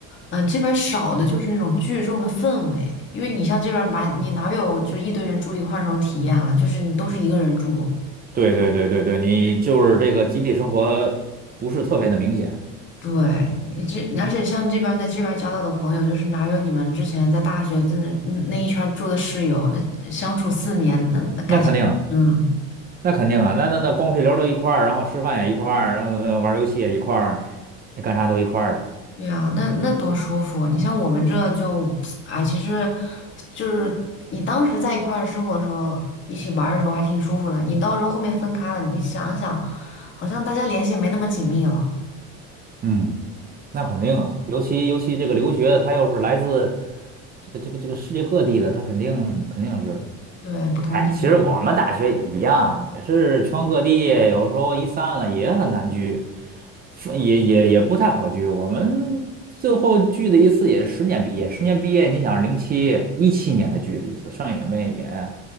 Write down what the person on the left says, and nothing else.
嗯、这边儿少的就是那种聚众的氛围，因为你像这边儿吧，你哪有就一堆人住一块儿那种体验啊？就是你都是一个人住。
对，你这而且像这边在这边交到的朋友，就是哪有你们之前在大学真的嗯那一圈儿住的室友，那相处四年，那那感情，
嗯，
对啊，那那多舒服啊。你像我们这就，<tsk> 哎，其实就是你当时在一块儿生活的时候，一起玩儿的时候还挺舒服的。你到时候后面分开了，你想一想，好像大家联系也没那么紧密了。
对，不同地域嘛，